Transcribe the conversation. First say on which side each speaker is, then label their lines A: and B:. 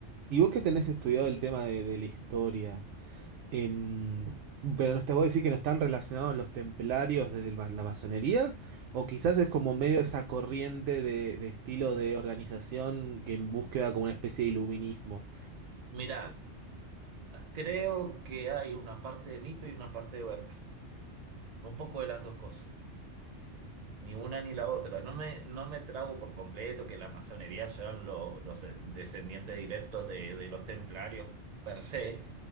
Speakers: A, on the right (about 75°); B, on the right (about 40°).
A: y vos que tenés estudiado el tema de, de la historia, Em, pero no te voy a decir que no están relacionados los templarios desde el ma- la masonería, o quizás es como medio esa corriente de, de estilo de organización que en búsqueda como una especie de iluminismo.
B: Mira, creo que hay una parte de mito y una parte de verdad, un poco de las dos cosas. Ni una ni la otra. No me, no me trago por completo que la masonería sean lo- los de- descendientes directos de, de los templarios per se,